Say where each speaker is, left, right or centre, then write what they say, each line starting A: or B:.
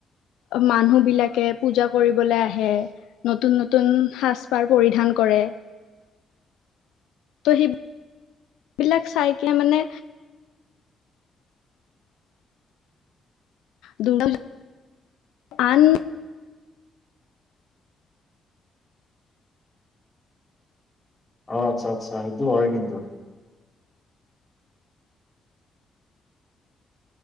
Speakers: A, on the left; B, on the left.
A: মানুহ বিলাকে পূজা কৰিবলৈ আহে নতুন- নতুন সাজ পাৰ পৰিধান কৰে। ত সেই বিলাক চাইকে মানে দুম আন
B: অ আচ্ছা- আচ্ছা সেইটো হয় কিন্তু